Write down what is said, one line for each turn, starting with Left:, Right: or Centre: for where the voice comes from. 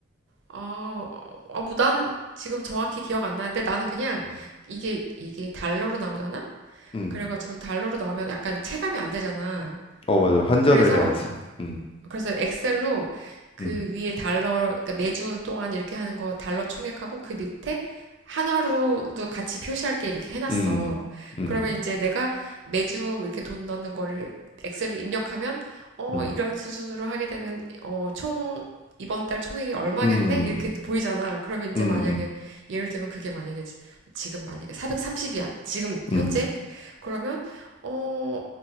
Right: 어, 어, 뭐 나는 지금 정확히 기억 안 나는데 나는 그냥
Left: 음.
Right: 이게, 이게 달러로 나오잖아?
Left: 음.
Right: 그래가지고 달러로 나오면 약간 체감이 안 되잖아.
Left: 어 맞아. 환전을
Right: 그래서
Left: 해야지. 음.
Right: 그래서 엑셀로 그
Left: 음.
Right: 위에 달러, 그러니까 매주 동안 이렇게 하는 거 달러 총액하고 그 밑에 한화로도 같이 표시할 게 이렇게 해놨어.
Left: 음. 음.
Right: 그러면 이제 내가 매주 이렇게 돈 넣는 거를 엑셀로 입력하면, 어,
Left: 음.
Right: 이런 수준으로 하게 되면, 어, 총, 이번 달 총액이 얼마겠네?
Left: 음.
Right: 이렇게 보이잖아. 그러면 이제
Left: 음.
Right: 만약에,
Left: 음.
Right: 예를 들면 그게 만약에, 지- 지금 만약에 430이야. 지금, 현재.
Left: 음.
Right: 그러면, 어,